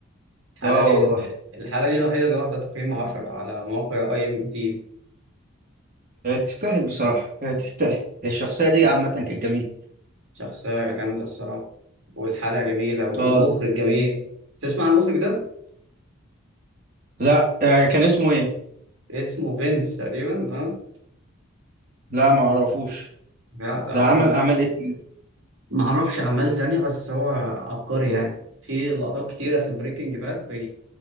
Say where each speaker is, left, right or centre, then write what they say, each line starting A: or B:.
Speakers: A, on the right (about 60°); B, on the right (about 40°).
A: الحلقة
B: اه
A: دي
B: والله
A: الحلقة دي الوحيدة اللي واخدة تقييم 10 على موقع اي ام دي
B: هي تستاهل بصراحة هي تستاهل الشخصية دي عامة كانت جميلة
A: شخصية جامدة الصراحة والحلقة جميلة والمخرج
B: اه دي.
A: جميل تسمع عن المخرج ده؟
B: لا آه، كان اسمه ايه؟
A: اسمه فينس تقريبا اه
B: لا ما اعرفوش
A: لا ده
B: ده عمل
A: مخرج
B: اعمال ايه تاني؟
A: معرفش أعمال تانية بس هو عبقري يعني في لقطات كتيرة في بريكنج باد